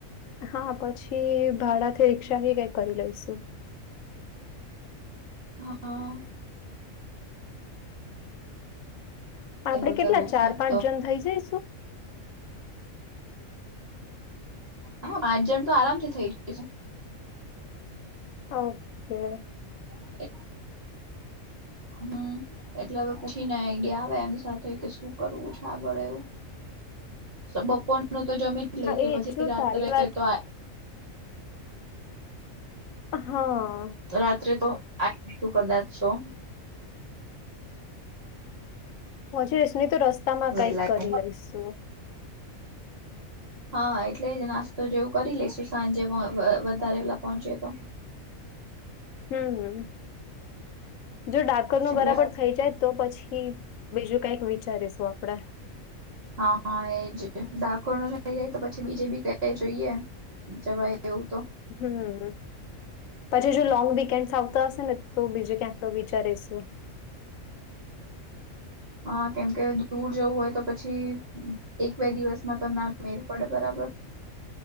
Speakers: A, on the left (about 75°); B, on the right (about 50°).
A: હા પછી ભાડાથી રિક્ષા કઈક કરી લઈશુ
B: હા
A: આપડે
B: એવું
A: કેટલા
B: કરવું પડશે
A: ચાર પાંચ
B: તો
A: જણ થઇ જઈશું
B: હા પાંચ જણ તો આરામથી થઇ જશું
A: ઓકે
B: <inaudible> હમ એટલે હવે પૂછીને આઈડિયા આવે એમની સાથે કે શું કરવું છે આબળે એવું બપોર નું તો જમી લઈશું
A: એ
B: પછી
A: જ. જો
B: રાત્રે
A: તારી વાત
B: તો આ
A: હા
B: રાત્રે તો આ <unintelligible> કદાચ તો
A: <unintelligible> નહી તો રસ્તા માં
B: વહેલા
A: કઈક કરી લઈશું
B: હા એટલે જ નાસ્તો જેવું કરી લઈશુ સાંજે વધારે વેલા પહોંચીએ તો
A: હમ હમ જો ડાકોર નું
B: એટલે
A: બરાબર થઈ જાય તો પછી બીજું કઈક વિચારીશું આપડે
B: હા એજ ડાકોરનું થઈ જાય તો પછી બીજે બી ક જોઈએ જવાય એવું તો
A: હમ પછી જો લોંગ વીકેન્ડ આવતા હશે ને તો બીજે ક્યાંક વિચારીશું
B: હ કેમકે દૂર જવું હોય તો પછી, એક બે દિવસમાં તો ના મેર પડે બરાબર.